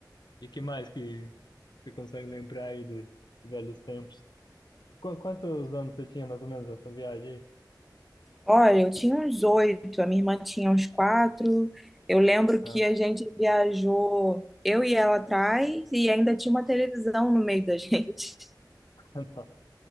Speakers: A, on the left; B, in the centre.
A: e que mais que você consegue lembrar aí dos velhos tempos? Qu- quantos anos você tinha mais ou menos essa viagem aí?
B: Olha, eu tinha uns oito, a minha irmã tinha uns quatro. Eu lembro
A: Ah,
B: que a gente viajou, eu e ela atrás, e ainda tinha uma televisão no meio da <laughs> gente.
A: <laughs> nossa,